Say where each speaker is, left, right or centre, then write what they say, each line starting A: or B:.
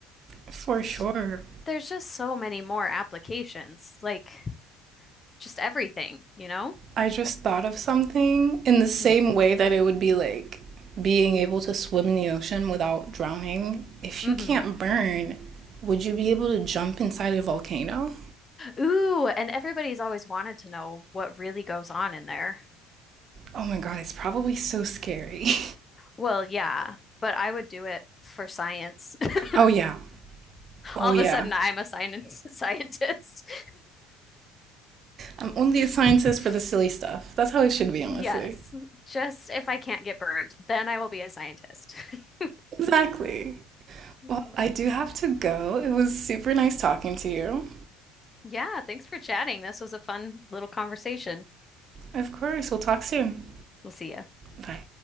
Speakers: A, on the right; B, on the left.
A: for
B: There's,
A: sure.
B: there's just so many more applications, like just everything, you know?
A: I just thought of something in the same
B: Mm.
A: way that it would be like being able to swim in the ocean without drowning. If
B: hmm
A: you can't burn, would you be able to jump inside a volcano?
B: Ooh, and everybody's always wanted to know what really goes on in there.
A: Oh my god, it's probably so scary.
B: Well, yeah, but I would do it for science. <laughs>
A: <laughs> oh yeah. Oh
B: All of
A: yeah.
B: a sudden, I'm a science <laughs> scientist.
A: I'm only
B: <laughs>
A: a scientist for the silly stuff. That's how it should be, honestly.
B: Yes, just if I can't get burned, then I will be a scientist. <laughs>
A: Exactly.
B: Mm.
A: Well, I do have to go. It was super nice talking to you.
B: Yeah, thanks for chatting. This was a fun little conversation.
A: Of course. We'll talk soon.
B: We'll see you.
A: Bye.